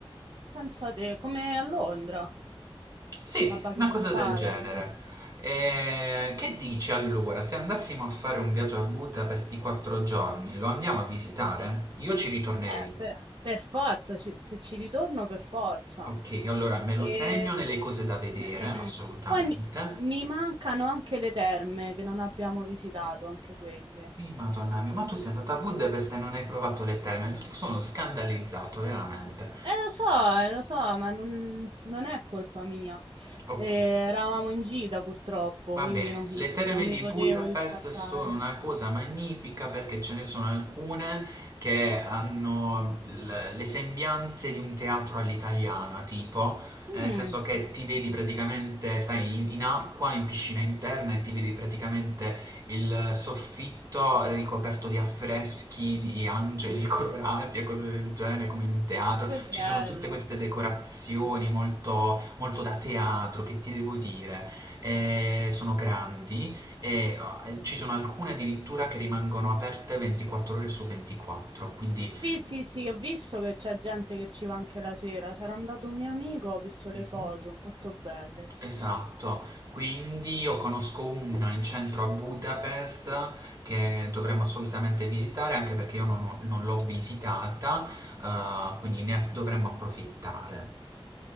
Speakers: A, on the right; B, on the right.
A: Pensate, come a Londra,
B: Sì,
A: a Buckingham
B: una cosa
A: Palace.
B: del genere. E che dici allora, se andassimo a fare un viaggio a Budapest di quattro giorni, lo andiamo a visitare? Io ci ritornerei.
A: Eh, per, per forza, ci- se ci ritorno per forza.
B: Ok, allora me lo
A: E...
B: segno nelle cose da vedere,
A: mm, mm,
B: assolutamente.
A: mm. Poi mi, mi mancano anche le terme che non abbiamo visitato, anche quelle.
B: Sì, Madonna mia, ma tu sei andata a Budapest e non hai provato le terme, sono scandalizzato veramente.
A: Eh, lo so, eh, lo so, ma non, non è colpa mia.
B: Ok.
A: Eh, eravamo in gita purtroppo,
B: Va
A: quindi
B: bene,
A: non,
B: le terme
A: non mi
B: di
A: potevo
B: Budapest
A: distaccare.
B: sono una cosa magnifica perché ce ne sono alcune che hanno l- le sembianze di un teatro all'italiana, tipo, nel
A: Mm,
B: senso che ti vedi praticamente, stai in, in acqua, in piscina interna e ti vedi praticamente il soffitto ricoperto di affreschi, di angeli <laughs> colorati e cose del genere, come in un teatro.
A: che bello.
B: Ci sono tutte queste decorazioni molto molto da teatro, che ti devo dire? e sono grandi e eh, ci sono alcune addirittura che rimangono aperte 24 ore su 24, quindi
A: Sì, sì, sì, ho visto che c'è gente che ci va anche la sera. C'era andato un mio amico, ho visto
B: Mhm.
A: le foto, molto belle. Sì,
B: Esatto,
A: sì.
B: quindi io conosco una in centro a Budapest che dovremmo assolutamente visitare anche perché io non, ho- non l'ho visitata, eh, quindi ne dovremmo approfittare.